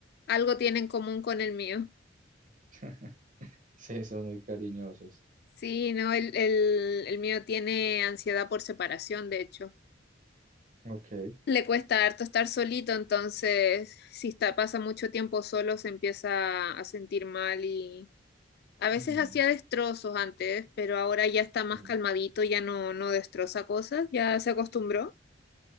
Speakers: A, on the left; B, on the right.
A: algo tiene en común con el mío.
B: <laughs> Sí, son muy cariñosos.
A: Sí, no, el, el, el mío tiene ansiedad por separación, de hecho.
B: Ok.
A: Le cuesta harto estar solito, entonces si está, pasa mucho tiempo solo se empieza a sentir mal y a veces
B: mm,
A: hacía destrozos antes, pero ahora ya está más
B: Sí.
A: calmadito, ya no, no destroza cosas, ya se acostumbró.